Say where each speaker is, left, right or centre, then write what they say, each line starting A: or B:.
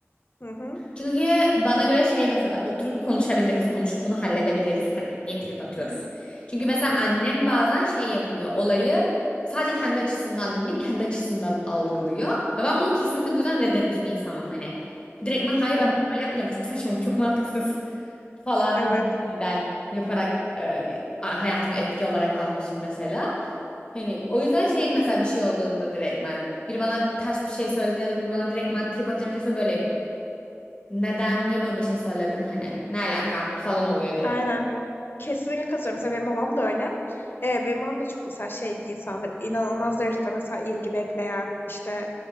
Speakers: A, on the left; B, on the left.
A: <laughs> Hı hı.
B: Çünkü bana göre şey mesela oturup konuşabiliriz, konuşup bunu halledebiliriz. Hani niye trip atıyoruz?
A: Hı hı.
B: Çünkü mesela
A: Hı hı.
B: annem bazen şey yapıyor, olayı sadece kendi açısından dinleyip kendi açısından algılıyor. Ve ben bunu kesinlikle bu yüzden reddetmiş bir insanım hani. Direktmen hayır
A: Hı hı.
B: ben bunu böyle yapmayacağım, bu çok saçma, bu çok mantıksız <laughs> falan
A: Evet.
B: gibisinden yaparak e, hayatımı etki olarak almışım mesela. Hani o yüzden şey mesela bir şey olduğunda direktmen biri bana ters bir şey söylediğinde ya da biri bana direktmen trip atacağım bir şey söyle böyleyim. Neden ya böyle bir şey söyledin hani? Ne alaka falan oluyor direkt.
A: Aynen. Kesinlikle katılıyorum. Mesela benim babam da öyle. Ee, benim babam da çok mesela şey bir insandır. İnanılmaz derecede mesela ilgi bekleyen, işte